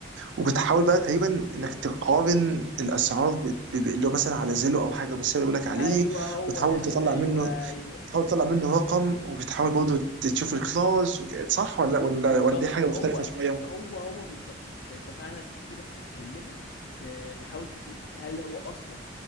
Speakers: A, on the right (about 80°); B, on the left (about 75°).
A: وبتحاول بقى تقريبا انك تقارن الاسعار ب... ب... ب- اللي هو مثلا على زيلو او حاجه بالسعر اللي بيقول لك عليه
B: ايوه هو
A: وتحاول
B: ده
A: تطلع
B: ايوه
A: منه
B: ايوه
A: تحاول تطلع منه رقم وبتحاول برضه تشوف الكلاوز وك- صح ولا ولا
B: بالظبط
A: ولا دي حاجه
B: هو
A: مختلفه شويه
B: هو هو بالظبط انت انت فعلا بتيجي بس تكلمه ت- تحاول تشوف هل هو اصلا